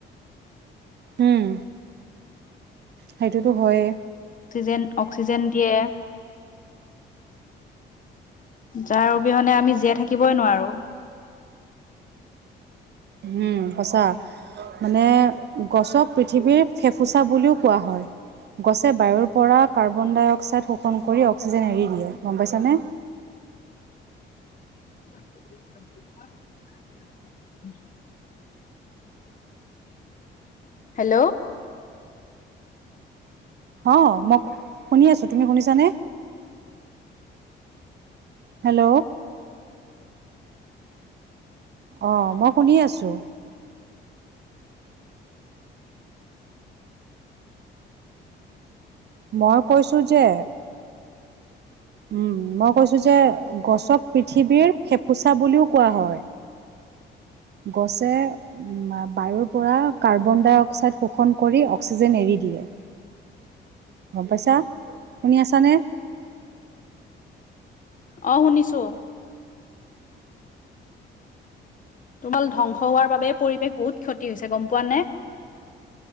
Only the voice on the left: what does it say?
অক্সিজেন অক্সিজেন দিয়ে যাৰ অবিহনে আমি জীয়াই থাকিবই নোৱাৰো।
<inaudible> হেল্ল'।
<inaudible>
আহ শুনিছো। তোমাল ধ্বংস হোৱাৰ বাবে পৰিৱেশ বহুত ক্ষতি হৈছে, গম পোৱা নে?